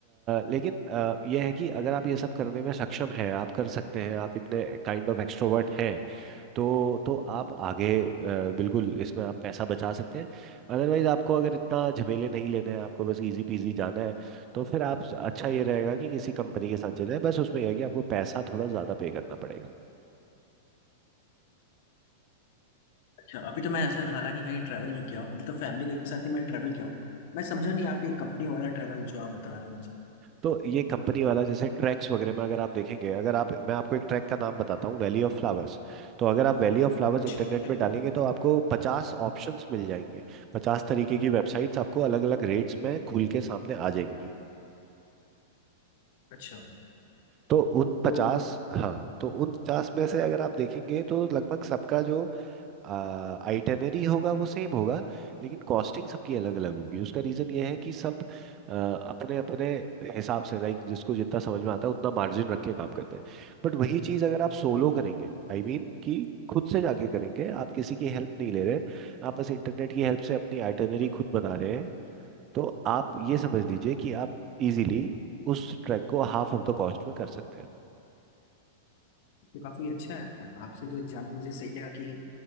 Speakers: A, on the right (about 35°); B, on the left (about 55°).
A: लेकिन अ, यह है कि अगर आप ये सब करने में सक्षम हैं आप कर सकते हैं आप इतने काइंड ऑफ एक्सट्रोवर्ट हैं तो तो आप आगे अ, बिल्कुल इसमें आप पैसा बचा सकते हैं अदरवाइज आपको अगर इतना झमेले नहीं लेने हैं आपको बस इजी पीजी जाना है तो फिर आप अच्छा ये रहेगा कि किसी कंपनी के साथ चले जाएं। बस उसमें यह है कि आपको पैसा थोड़ा ज़्यादा पे करना पड़ेगा
B: अच्छा अभी तो मैं ऐसे हालांकि कहीं ट्रैवल नहीं किया हूँ अभी तो फैमिली के साथ ही मैं ट्रैवल किया हूँ मैं समझा नहीं आप ये कंपनी वाला ट्रैवल जो आप बता रहे हो मुझे
A: तो ये कंपनी वाला जैसे ट्रैक्स वगैरह में अगर आप देखेंगे अगर आप मैं आपको एक ट्रैक का नाम बताता हूँ वैली ऑफ फ्लावर्स तो अगर आप वैली ऑफ फ्लावर्स
B: अच्छा
A: इंटरनेट में डालेंगे तो आपको पचास ऑप्शंस मिल जाएंगे पचास तरीके की वेबसाइट्स आपको अलग अलग रेट्स में खुल के सामने आ जाएंगी
B: अच्छा
A: तो उन
B: तो
A: पचास हाँ तो उन पचास में से अगर आप देखेंगे तो लगभग सबका जो आइटनरी होगा वो सेम होगा लेकिन कॉस्टिंग सबकी अलग अलग होगी उसका रीजन ये है कि सब अपने अपने हिसाब से लाइक जिसको जितना समझ में आता है उतना मार्जिन रख के काम करते हैं बट वही चीज़ अगर आप सोलो करेंगे आई I मीन mean, कि खुद से जाके करेंगे आप किसी की हेल्प नहीं ले रहे आप बस इंटरनेट की हेल्प से अपनी आइटनरी
B: तो
A: खुद बना रहे हैं तो आप ये समझ लीजिए कि आप इजीली उस ट्रैक को हाफ ऑफ द कॉस्ट में कर सकते हैं
B: काफी अच्छा है आपसे जो एग्जाम्पल मुझे सही लगा कि